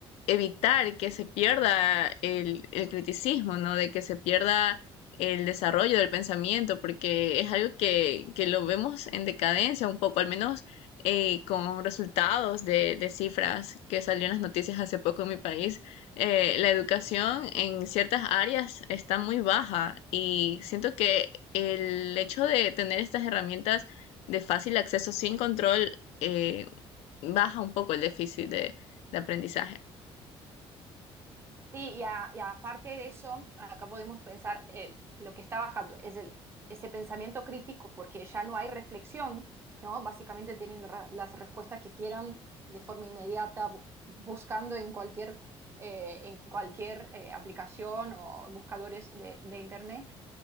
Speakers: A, on the left (about 80°); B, on the right (about 25°).
A: evitar que se pierda el, el criticismo, ¿no? De que se pierda el desarrollo del pensamiento, porque es algo que, que lo vemos en decadencia un poco, al menos eh, con resultados de, de, cifras que salió en las noticias hace poco en mi país, eh, la educación en ciertas áreas está muy baja y siento que el hecho de tener estas herramientas de fácil acceso sin control, eh, baja un poco el déficit de, de aprendizaje.
B: Sí, y, a- y aparte de eso, acá podemos pensar el, lo que está bajando, es el, ese pensamiento crítico, porque ya no hay reflexión, ¿no? Básicamente tienen la- las respuestas que quieran de forma inmediata, bu- buscando en cualquier, eh, en cualquier eh, aplicación o buscadores de, de Internet